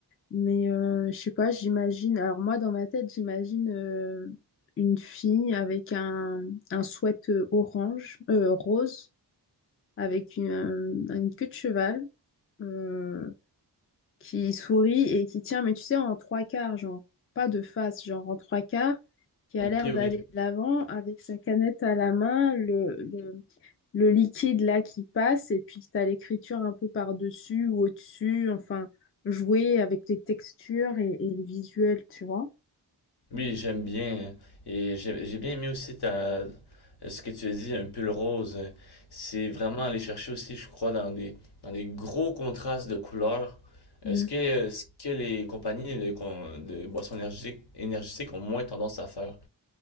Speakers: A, on the left (about 35°); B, on the left (about 70°).
A: Mais euh, je sais pas, j'imagine. Alors, moi, dans ma tête, j'imagine euh, une fille avec un, un sweat euh, orange, euh, rose avec une, euh, une queue de cheval euh, qui sourit et qui tient, mais tu sais, en trois quarts, genre, pas de face, genre en trois quarts, qui
B: Ok,
A: a l'air d'aller
B: oui.
A: de l'avant avec sa canette à la main, le, le, le liquide là qui passe, et puis tu as l'écriture un peu par-dessus ou au-dessus, enfin, jouer avec les textures et, et le visuel, tu vois.
B: Oui, j'aime bien. hein. Et j'ai j'ai bien aimé aussi ta, euh, ce que tu as dit, un pull rose. C'est vraiment aller chercher aussi, je crois, dans des, dans des gros contrastes de couleurs.
A: Mm.
B: Est-ce que, ce que les compagnies de, con- de boissons énergiques, énergétiques ont moins tendance à faire?